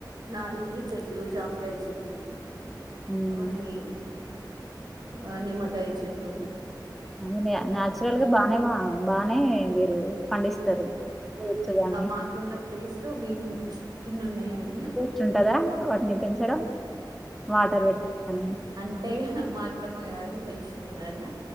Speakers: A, on the right; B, in the centre.
A: నారింజ చెట్టు, జామకాయ చెట్టు
B: మ్మ్.
A: మళ్ళీ ఆ నిమ్మకాయ చెట్టు
B: అనే నాచురల్ గా బానేబా బానే, మీరు పండిస్తారు ఫ్రూట్స్ గాని
A: అ మాకున్న ప్లేస్ లో మేమ్ ఇన్ని ఉన్నాయండి
B: ఇంట్రెస్ట్ ఉంటదా వాటిని పెంచడం వాటర్ పెట్ట కాని,
A: అంటే మా అత్తమ్మ గారు పెంచుతున్నారు.